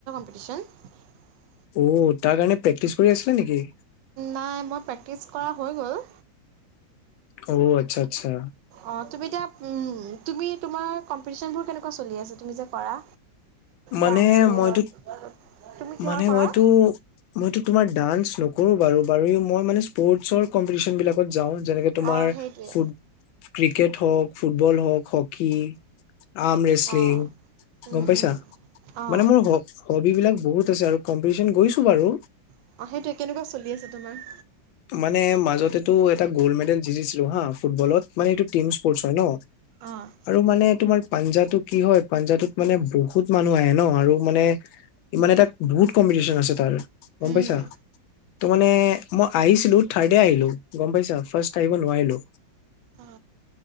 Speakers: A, on the right (about 75°); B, on the left (about 85°).
A: <unintelligible>
B: অ', তাৰ কাৰণে প্ৰেক্টিচ কৰি আছিলা নেকি?
A: নাই মই প্ৰেক্টিছ কৰা হৈ গ'ল।
B: অ', আচ্ছা আচ্ছা।
A: অ', তুমি এতিয়া, তুমি তোমাৰ কম্পিতিচনবোৰ কেনেকুৱা চলি আছে, তুমি যে কৰা।
B: মানে
A: ডান্সৰে
B: মইতো,
A: হওক তুমি কিহৰ
B: মানে
A: কৰা?
B: মইতো-মইতো তোমাৰ ডান্স নকৰো বাৰু-বাৰু মই মানে পৰ্টছৰ কম্পিটিচন বিলাকত যাওঁ। যেনেকে তোমাৰ
A: অঁ সেইটোৱে
B: ফুত, ক্ৰিক ক্ৰিকেট হওক, ফুটবল হওক, হকী আম ৰেচলিং,
A: অঁ উম
B: গম পাইছা?
A: উম অঁ
B: মানে মোৰ হবি বিলাক বহুত আছে আৰু কম্পিটিচন গৈছো বাৰু।
A: অ', সেইটোৱে, কেনেকুৱা চলি আছে তোমাৰ?
B: মানে মাজতেটো এটা গ'ল্ড মেডেল জিতিছিলো হা ফুটবলত, মানে এইটো টিম স্পৰ্টছ হয় ন,
A: অঁ
B: আৰু মানে তোমাৰ পাঞ্জাটো কি হয়, পাঞ্জাটোত মানে বহুত মানুহ আহে ন আৰু মানে, ইমানে তাত বহুত কম্পিটিচন আছে তাৰ। গম
A: উম
B: পাইছা? তো মানে মই আহিছিলো, থাৰ্ডে আহিলো গম পাইছা, ফাৰ্ষ্ট আহিব নোৱাৰিলো।
A: অ